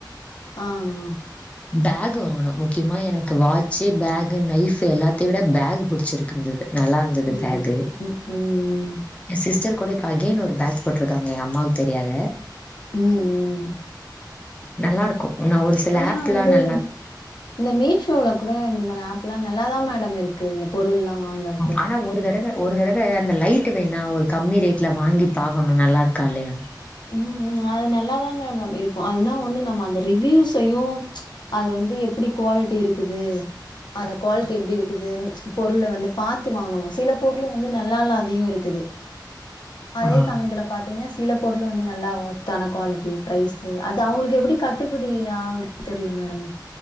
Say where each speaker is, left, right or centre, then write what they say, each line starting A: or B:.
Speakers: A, on the left; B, on the left.
A: ஆ அ
B: பேக் வாங்குனோ முக்கிமா எனக்கு வாட்சு பேகு நைஃபு எல்லாத்யு விட பேகு புடிச்சிருக்கு இந்தது நல்லா இருந்தது
A: ம்
B: பேகு
A: ம் ம் ம்
B: என் சிஸ்டர் கூட இப்ப அகெய்ன் ஒரு பேக் போட்ருக்காங்க எ அம்மாக் தெரியாத
A: ம் ம்
B: நல்லா இருக்கு நா ஒரு சில
A: ஆனா
B: ஆப்லா
A: வந்து
B: நல்லா இருக்கு
A: இந்த மீஷோல கூட இந்த மாரி ஆப்லா நல்லாதா மேடம் இருக்கு இந்த பொருள்லா வாங்கறது
B: ஆனா ஒரு தடவ ஒரு தடவ அந்த லைட்டு வேணா ஒரு கம்மி ரேட்ல வாங்கி பாக்கணு நல்லா இருக்கா இல்லையான்
A: ம் ம் அது நல்லாதா மேடம் நம் இருக்கு அதுனா ஒண்ணு நம்ம அந்த ரிவூஸையு அது வந்து எப்டி குவாலிட்டி இருக்குது அத குவால்ட்டி எப்டி இருக்குதுன் பொருள வந்து பாரத்து வாங்கணு சில பொருள வந்து நல்லா இல்லாதியு இருக்குது அதே
B: ஆ
A: சமயத்துல பாத்தீங்ன்னா சில பொருள் வந்து நல்லா ஒர்த்தான குவாலிட்டி பிரைஸு அது அவுங்ளுக்கு எப்பிடி கட்டுப்புடி ஆகுதுன் தெர்ல மேடம்